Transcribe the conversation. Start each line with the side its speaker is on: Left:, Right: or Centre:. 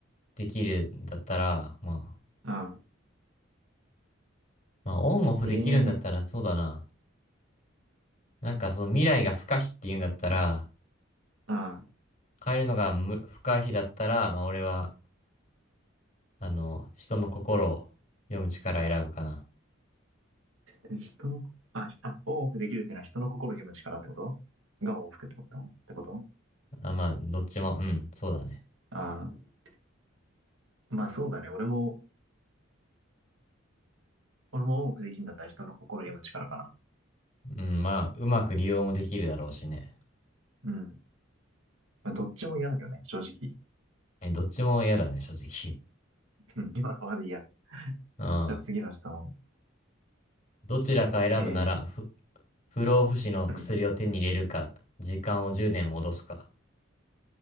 Left: できるんだったら、まあ、
Right: うん。
Left: まあ、オンオフできるんだったら、
Right: ええー、
Left: そうだな。なんかその未来が不可避っていうんだったら、
Right: うん。
Left: 変えるのがむ不可避だったら、まあ俺は、あの、人の心を読む力選ぶかな。
Right: でも人の、あ、ひあ、オンオフできるっていうのは人の心を読む力ってことがオンオフってことってこと
Left: あ、まあ、どっちも、うん、そうだね。
Right: ああー、まあそうだね。俺も、俺もオンオフできるんだったら人の心を読む力かな。
Left: うん、まあ、うまく利用もできるだろうしね。
Right: うん。まあ、どっちも嫌だけどね、正直。
Left: え、どっちも嫌だね、正直。
Right: うん今のままでいいや。
Left: うん。
Right: じゃあ次の質問。
Left: どちらか選ぶなら、
Right: えー、
Left: ふ、不老不死の薬を手に入れるか、
Right: うん。
Left: 時間を10年戻すか。